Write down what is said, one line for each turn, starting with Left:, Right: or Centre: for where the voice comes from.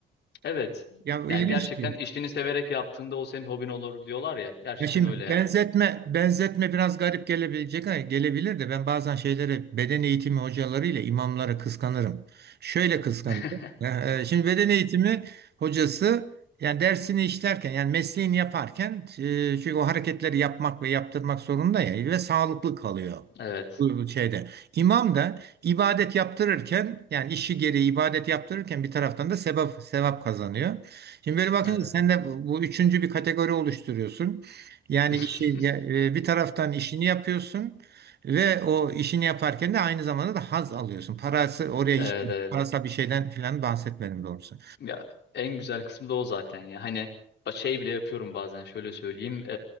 Left: Evet.
Right: Ya
Left: Yani
Right: ilginç.
Left: gerçekten işini severek yaptığında o senin hobin olur diyorlar ya. Gerçekten
Right: Ya şimdi
Left: öyle yani.
Right: benzetme benzetme biraz garip gelebilecek ha, gelebilir de ben bazen şeyleri beden eğitimi hocalarıyla imamları kıskanırım. Şöyle kıskanırım.
Left: <laughs>
Right: Ya, e, Şimdi beden eğitimi hocası yani dersini işlerken yani mesleğini yaparken e, çünkü o hareketleri yapmak ve yaptırmak zorunda ya ve sağlıklı kalıyor.
Left: Evet.
Right: Bu bu şeyde. İmam da ibadet yaptırırken yani işi gereği ibadet yaptırırken bir taraftan da sevap sevap kazanıyor. Şimdi böyle bakınca
Left: Evet.
Right: sen de bu üçüncü bir kategori oluşturuyorsun. Yani
Left: <laughs>
Right: işi ya- e, bir taraftan işini yapıyorsun ve o işini yaparken de aynı zamanda da haz alıyorsun. Parası oraya
Left: Evet
Right: hiç
Left: evet.
Right: parasal bir şeyden filan bahsetmedim doğrusu.
Left: Ya en güzel kısmı da o zaten ya. Hani ba- şey bile yapıyorum bazen şöyle söyleyeyim. Ee,